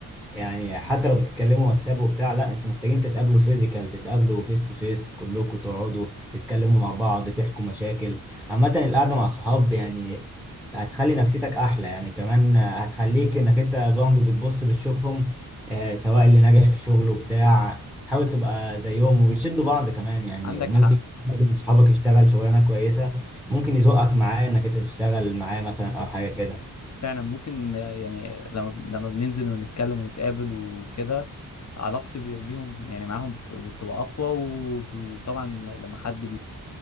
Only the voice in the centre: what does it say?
يعني حتى لو بتتكلموا واتساب وبتاع لا انتوا محتاجين تتقابلوا فيزيكال تتقابلوا فيس تو فيس كلكم تقعدوا تتكلموا مع بعض تحكوا مشاكل عامة القعدة مع الصحاب يعني هتخلي نفسيتك احلى يعني كمان هتخليك انك انت برضه بتبص بتشوفهم آه سواء اللي ناجح في شغله بتاع حاول تبقى زيهم وبتشدوا بعض كمان يعني
ممكن
حد من صحابك يشتغل شغلانة كويسة ممكن يزقك معاه انك انت تشتغل معاه مثلا او حاجة كده